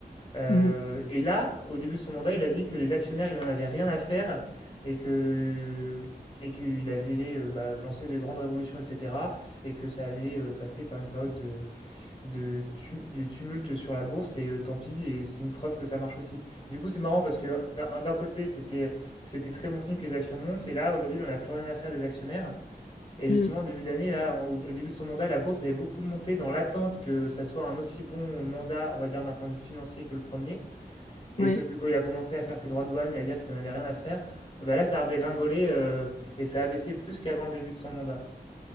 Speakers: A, on the left (about 35°); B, on the left (about 50°).
A: Euh,
B: Mhm.
A: et là, au début de son mandat, il a dit que les actionnaires, il n'en avait rien à faire et que et qu'il avait euh, bah, lancé de grandes révolutions, etc. Et que ça allait euh, passer par une période de, de, tu- de tumulte sur la bourse, et euh, tant pis, et c'est une preuve que ça marche aussi. Du coup, c'est marrant parce que d'un d'un côté, c'était c'était très bon signe que les actions montent, et là, aujourd'hui, on n'a plus rien à faire des actionnaires. Et justement,
B: Mhm.
A: au début d'année, là, en- au début de son mandat, la bourse avait beaucoup monté dans l'attente que ça soit un aussi bon mandat, on va dire, d'un point de vue financier que le premier. Et
B: Ouais.
A: sauf que quand il a commencé à faire ses droits de douane et à dire qu'il en avait rien à faire, bah là, ça a redégringolé euh, et ça a baissé plus qu'avant le début de son mandat.